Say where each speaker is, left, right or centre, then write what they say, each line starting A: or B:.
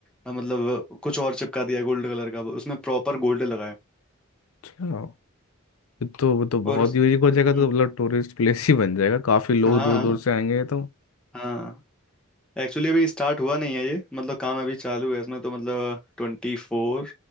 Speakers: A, in the centre; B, on the left.
A: अ, मतलब कुछ और चिपका दिया है गोल्ड कलर का उसमें प्रॉपर गोल्ड लगा है
B: अच्छा ये तो वो तो बहुत
A: और उस
B: यूनिक हो जाएगा
A: हम्म
B: तो मतलब टूरिस्ट प्लेस ही बन जाएगा काफ़ी लोग
A: हाँ
B: दूर दूर
A: हाँ
B: से आएंगे तो
A: हाँ एक्चुअली अभी स्टार्ट हुआ नहीं है ये मतलब काम अभी चालू है इसमें तो मतलब ट्वेंटी फोर